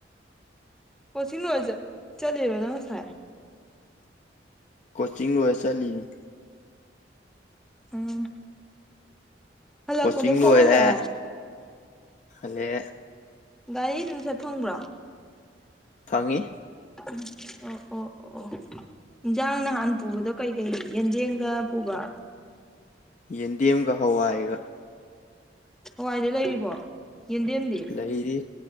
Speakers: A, in the centre; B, on the left.
A: ꯀꯣꯆꯤꯡ ꯂꯣꯏ ꯆꯠꯂꯤꯔꯣ ꯅꯪ ꯉꯁꯥꯏ
B: ꯀꯣꯆꯤꯡ ꯂꯣꯏꯔ ꯆꯠꯂꯤꯅꯤ
A: ꯎꯝ ꯍꯜꯂꯛꯄꯗ
B: ꯀꯣꯆꯤꯡ
A: ꯈꯣꯡ
B: ꯂꯣꯏꯔꯦ
A: ꯍꯜꯂꯛꯑꯦ
B: ꯍꯥꯜꯂꯦ
A: ꯒꯥꯔꯤ ꯑꯗꯨꯝ ꯆꯠ ꯐꯪꯕ꯭ꯔꯣ
B: ꯐꯪꯉꯤ
A: ꯎꯝ ꯑꯣ ꯑꯣ ꯑꯣ ꯑꯣ ꯏꯟꯖꯥꯡ ꯅꯍꯥꯟ ꯄꯨꯕꯗꯣ ꯀꯩ ꯀꯩ ꯌꯦꯟꯗꯦꯝꯒ ꯄꯨꯕ
B: ꯌꯦꯟꯗꯦꯝꯒ ꯍꯋꯥꯏꯒ
A: ꯍꯏꯗꯣ ꯂꯩꯔꯤꯕꯣ ꯌꯦꯟꯗꯦꯝꯗꯤ
B: ꯂꯩꯔꯤ